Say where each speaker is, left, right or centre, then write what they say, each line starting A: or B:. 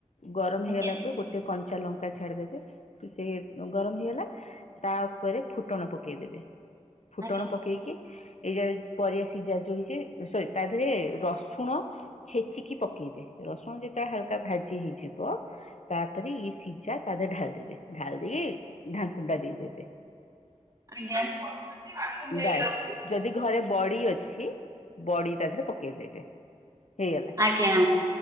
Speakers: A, on the left (about 70°); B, on the right (about 30°).
A: ଗରମ
B: ଆଜ୍ଞା
A: ହେଇଗଲା ତ ଗୋଟେ କଞ୍ଚା ଲଙ୍କା ଛାଡିଦେବେ ତ ସେ ଅଁ, ଗରମ ହେଇଗଲା। ତା ଉପରେ ଫୁଟଣ ପକେଇଦେବେ,
B: ଆଜ୍ଞା
A: ଫୁଟଣ ପକେଇକି ଏଇ ଯା ପରିବା ସିଜା ଯୋ ହେଇଛି ସରି ତା ଦେହରେ ରସୁଣ ଛେଚିକି ପକେଇବେ। ରସୁଣ ଯେତେବେଳେ ହାଲକା ଭାଜି ହେଇଯିବ ତାପରେ ଇଏ ସିଜା ତା ଦେହରେ ଢାଳି ଦେବେ, ଢାଳି ଦେଇକି ଆଉ କଣ ଢାକୁଣି ଟା ଦେଇ ଦେବେ।
B: ଆଜ୍ଞା।
A: ବାସ୍ ଯଦି ଘରେ ବଡି ଅଛି। ବଡି ତା ଦେହରେ ପକେଇ ଦେବେ ହେଇଗଲା।
B: ଆଜ୍ଞା